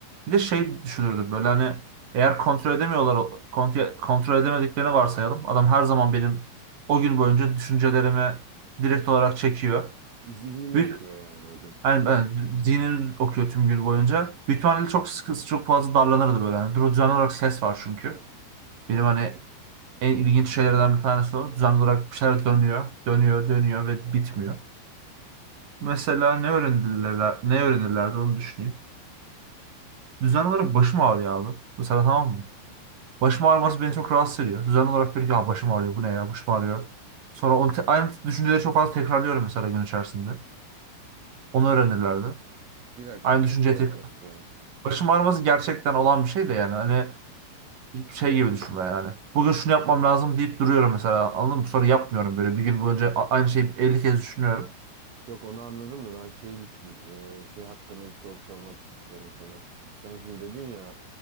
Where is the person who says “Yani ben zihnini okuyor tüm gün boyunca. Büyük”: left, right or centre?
Right